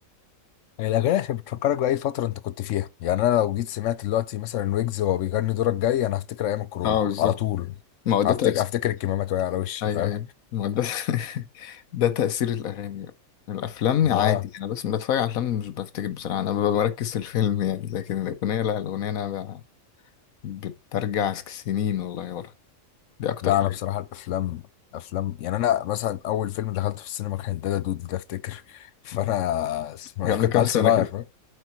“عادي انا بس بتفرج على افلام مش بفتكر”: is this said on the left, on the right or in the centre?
Left